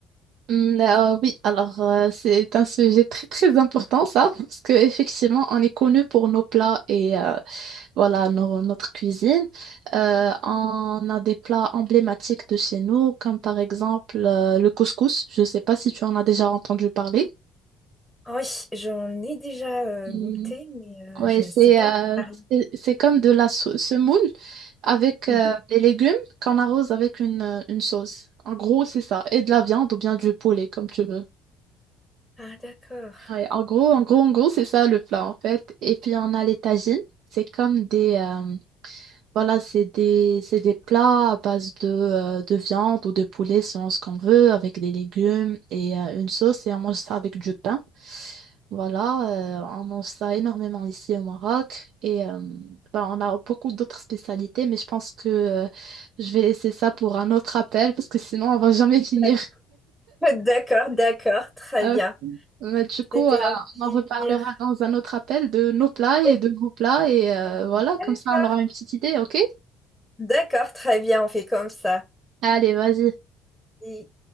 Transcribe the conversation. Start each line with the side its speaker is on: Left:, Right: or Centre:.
Right: Mm, euh, oui, alors euh, c'est un sujet très très important ça, <laughs> parce que effectivement on est connu pour nos plats et euh, voilà nos- notre cuisine. Euh, on a des plats emblématiques de chez nous, comme par exemple euh, le couscous. Je ne sais pas si tu en as déjà entendu parler.
Centre: ah oui, j'en ai déjà euh,
Right: Mm.
Centre: goûté, mais euh,
Right: Ouais,
Centre: je
Right: c'est
Centre: ne sais pas
Right: euh,
Centre: en parler.
Right: c'est c'est comme de la sau- semoule avec euh,
Centre: Mhm.
Right: des légumes qu'on arrose avec une, euh, une sauce. En gros, c'est ça. Et de la viande ou bien du poulet, comme tu veux.
Centre: Ah, d'accord.
Right: Ouais, en gros, en gros, en gros, c'est ça le plat en fait. Et puis on a les tagines. C'est comme des, euh, voilà, c'est des, c'est des plats à base de, euh, de viande ou de poulet selon ce qu'on veut, avec des légumes et euh, une sauce. Et on mange ça avec du pain. Voilà, euh, on mange ça énormément ici au Maroc. Et euh, ben, on a beaucoup d'autres spécialités, mais je pense que euh, je vais laisser ça pour un autre appel parce que sinon on va jamais finir.
Centre: D'accord. <laughs> D'accord, d'accord, très
Right: <laughs>
Centre: bien.
Right: Mais du coup,
Centre: C'était
Right: euh,
Centre: un plaisir.
Right: on en reparlera dans un autre appel de nos plats et
Centre: Oui,
Right: de vos plats. Et euh, voilà,
Centre: D'accord.
Right: comme ça, on aura une petite idée, ok?
Centre: D'accord, très bien, on fait comme ça.
Right: Allez, vas-y.
Centre: Et-